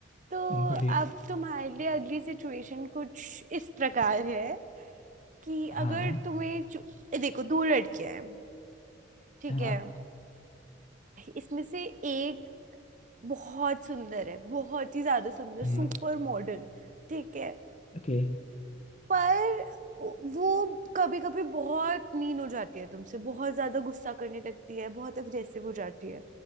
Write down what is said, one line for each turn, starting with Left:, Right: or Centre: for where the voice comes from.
Right: तो
Left: बढ़िया
Right: अब तुम्हारे लिए अगली सिचुएशन कुछ इस प्रकार है कि
Left: हाँ
Right: अगर तुम्हें चू- देखो दो लड़कियां हैं ठीक
Left: हाँ
Right: है इसमें से एक बहुत सुंदर है बहुत ही ज्यादा सुंदर
Left: Hmm
Right: सुपर मॉडल ठीक है
Left: Okay
Right: पर वो कभी कभी बहुत मीन हो जाती है तुमसे बहुत ज्यादा गुस्सा करने लगती है बहुत अग्रेसिव हो जाती है